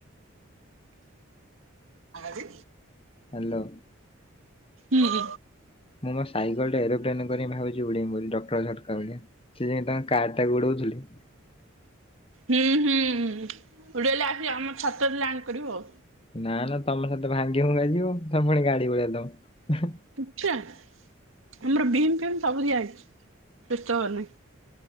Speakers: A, on the right; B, on the left.
A: ଆଜି।
B: ହ୍ୟାଲୋ।
A: ହୁଁ।
B: ମୁଁ ମୋର ସାଇକେଲ ଟା ଏରୋପ୍ଲେନ କରିିକି ଭାବୁଛି ଉଡେଇ ବୋଲି ଡକ୍ଟର ଝଟକା ଭଳିଆ। ସେ ଯାଇ ତାଙ୍କ କାର୍ଡଟାକୁ ଗୋଡଉଥିଲି।
A: ହୁଁ ହୁଁ ଉଡେଇଲେ ଆସିବ ଆମ ଛାତରେ ଲ୍ୟାଣ୍ଡ କରିବ ଆଉ।
B: ନା ନା ତମ ଛାତ ଭାଙ୍ଗି ଫୁଙ୍ଗା ଯିବ ତମେ ପୁଣି ଗାଳି ଗୁଳା ଦବ।
A: ଆଚ୍ଛା ଆମର ବିମ୍ ଫିମ୍ ସବୁ ଦିଆ ହେଇଛି ବ୍ୟସ୍ତହବାର ନାହିଁ।